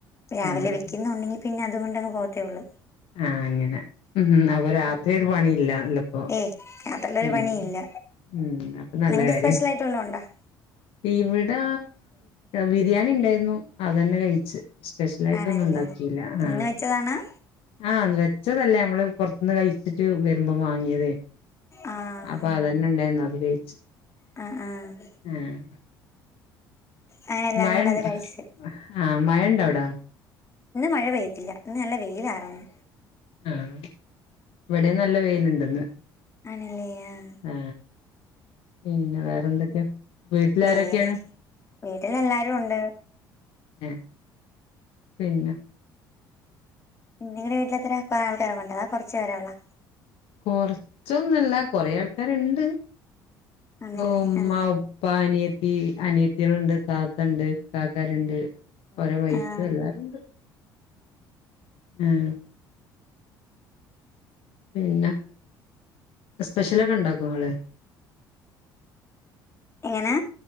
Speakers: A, on the left; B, on the left.
A: രാവിലെ
B: ആഹ്
A: വെക്കുന്നുണ്ടെങ്കി പിന്നെ അതുകൊണ്ടങ്ങ് പോകത്തേള്ളു
B: ആഹ അങ്ങനെ ഉം അപ്പൊ രാത്രി ഒരു പണിയില്ല അല്ലപ്പോ
A: ഏയ് അതുള്ളൊരു
B: ഉം
A: പണിയില്ല
B: ഉം അപ്പൊ നല്ല
A: നിങ്ങക്ക്
B: കാര്യാ
A: <unintelligible>
B: ഇവിടെ ബിരിയാണി ഉണ്ടായിരുന്നു അതന്നെ കഴിച്ച് സ്പെഷ്യൽ ആായിട്ടൊന്നും
A: ആണല്ലേ
B: ഉണ്ടാക്കിയില്ല ആഹ
A: ഇന്ന് വെച്ചതാണാ
B: ആഹ അത് വെച്ചതല്ലേ നമ്മള് പുറത്തുന്ന് കഴിച്ചിട്ട് വരുമ്പോ വാങ്ങിയത്
A: ആഹ്
B: അപ്പൊ അതന്നെ ഉണ്ടായിരുന്നു അത്കയിച്
A: ആ ആ
B: ആഹ്
A: അങ്ങനെ എല്ലാരും
B: മയണ്ട്
A: കൂടെ അത് കഴിച്ചു
B: ആഹ മയണ്ട അവിടാ
A: ഇന്ന് മഴ പെയ്യത്തില്ല ഇന്ന് നല്ല വെയിലാറന്നു
B: ആഹ ഇവിടെ നല്ല വെയിലുണ്ടന്ന്
A: ആണല്ലേ ആഹ്
B: ആ പിന്നെ വേറെന്തൊക്കെയാ വീട്ടിലാരൊക്കെയാണ്
A: വേറെ വീട്ടിൽ എല്ലാരും ഉണ്ട്
B: ആ പിന്നെ
A: നിങ്ങടെ വീട്ടിലത്ര <unintelligible> ആൾക്കാരെക്ക അതോ കൊറച്പേരോള്ളു
B: കൊറച്ചൊന്നല്ല കൊറേ ആൾക്കാരുണ്ട്
A: ആണല്ലേ
B: ഉമ്മപ്പ
A: ആഹ്
B: പ്പ അനിയത്തി അനിയത്തികളുണ്ട് താത്ത ഉണ്ട് കാക്കാരുണ്ട് ഓരെ വൈഫ്
A: ആഹ്
B: എല്ലാരും ഉണ്ട് ഉം പിന്നെ സ്പെഷ്യലൊക്കെ ഉണ്ടാക്കോ നിങ്ങള്
A: എങ്ങനെ